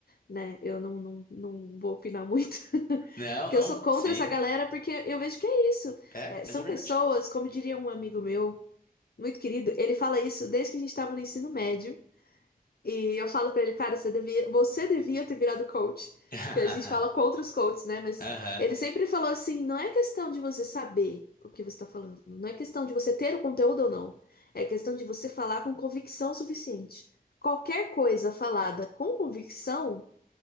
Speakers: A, on the left (about 90°); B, on the left (about 70°).
A: né, eu não, não, não vou opinar muito. <laughs>
B: Não,
A: Porque
B: não,
A: eu sou contra
B: sim.
A: essa galera, porque eu vejo que é isso.
B: É,
A: É, são
B: mas é verdade.
A: pessoas, como diria um amigo meu, muito querido, ele fala isso desde que a gente estava no ensino médio. E eu falo pra ele, cara, você devia, você devia ter virado coach.
B: <laughs>
A: Que a gente fala contra os coaches, né? Mas
B: Aham,
A: ele sempre falou assim: não é questão de você saber o que você tá falando, não é questão de você ter o conteúdo ou não, é questão de você falar com convicção suficiente. Qualquer coisa falada com convicção